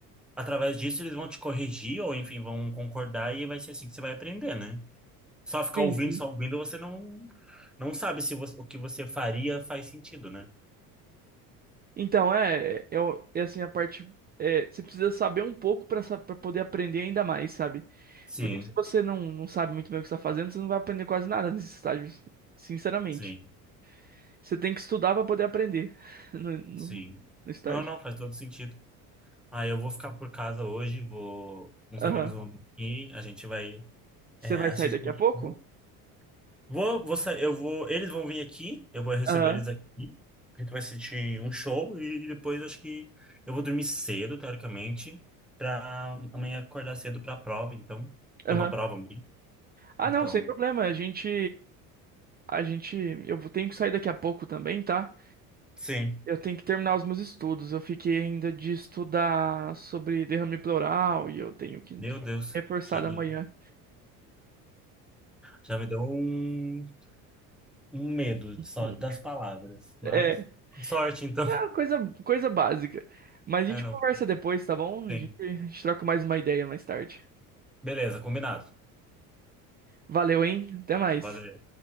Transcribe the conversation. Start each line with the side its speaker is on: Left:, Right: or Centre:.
Centre: Através disso, eles vão te corrigir, ou enfim, vão concordar, e vai ser assim que você vai aprender, né? Só ficar
Right: Sim,
Centre: ouvindo,
Right: sim.
Centre: só ouvindo, você não, não sabe se você- o que você faria faz sentido, né?
Right: Então, é, eu, é assim, a parte. é, você precisa saber um pouco para poder aprender ainda mais, sabe?
Centre: Sim,
Right: Porque se você não, não sabe muito bem o que está fazendo, você não vai aprender quase nada nesses estágios, sinceramente.
Centre: sim,
Right: Você tem que estudar para poder aprender <laughs> no, no,
Centre: sim.
Right: no estágio.
Centre: Não, não, faz todo sentido. Ah, eu vou ficar por casa hoje, vou, uns
Right: Aham.
Centre: amigos vão vir aqui, a gente vai
Right: Você
Centre: é,
Right: vai
Centre: assistir.
Right: sair daqui a pouco?
Centre: Vou, vou, vou sa- eu vou, eles vão vir aqui, eu vou receber
Right: Aham.
Centre: eles aqui. A gente vai assistir um show e depois acho que eu vou dormir cedo, teoricamente, pra amanhã acordar cedo pra prova, então, tem
Right: Aham.
Centre: uma prova amanhã.
Right: Ah,
Centre: Então,
Right: não, sem problema. A gente. A gente. Eu vou- tenho que sair daqui a pouco também, tá?
Centre: sim.
Right: Eu tenho que terminar os meus estudos. Eu fiquei ainda de estudar sobre derrame pleural e eu tenho que
Centre: Meu Deus,
Right: reforçar
Centre: já
Right: da
Centre: me,
Right: manhã.
Centre: já me deu um, um medo de só
Right: Hum.
Centre: das palavras, mas
Right: É.
Centre: sorte então.
Right: Ah,
Centre: <laughs>
Right: coisa, coisa básica. Mas a
Centre: É,
Right: gente
Centre: não,
Right: conversa depois, tá bom? A
Centre: tem.
Right: gente, a gente troca mais uma ideia mais tarde.
Centre: Beleza, combinado.
Right: Valeu, hein? Até mais.
Centre: Valeu.